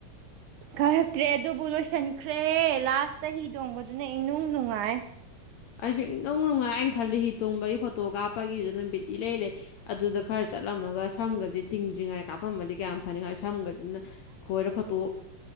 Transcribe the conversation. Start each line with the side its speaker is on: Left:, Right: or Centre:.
Right: ꯈꯔꯛꯇ꯭ꯔꯦ ꯑꯗꯨꯕꯨ ꯂꯣꯏꯁꯤꯟꯈ꯭ꯔꯦ ꯂꯥꯁꯇ ꯍꯤ ꯇꯣꯡꯕꯗꯨꯅ ꯏꯅꯨꯡ ꯅꯨꯡꯉꯥꯏ
Left: ꯑꯩꯁꯨꯦ ꯏꯅꯨꯡ ꯅꯨꯡꯉꯥꯏ ꯑꯩꯅ ꯈꯜꯂꯤ ꯍꯤ ꯇꯣꯡꯕꯒꯤ ꯐꯣꯇꯣ ꯀꯥꯞꯄꯒꯤꯗ ꯅꯨꯃꯤꯠ ꯏꯂꯩ ꯂꯩ ꯑꯗꯨꯗ ꯈꯔ ꯆꯠꯂꯝꯃꯒ ꯁꯝꯒꯁꯦ ꯇꯤꯡꯗ꯭ꯔꯤꯉꯩ ꯀꯥꯄꯃꯗꯤ ꯀꯌꯥꯝ ꯐꯅꯤꯉꯥꯏ ꯁꯝꯒꯁꯤꯅ ꯈꯣꯏꯔ ꯐꯣꯇꯣ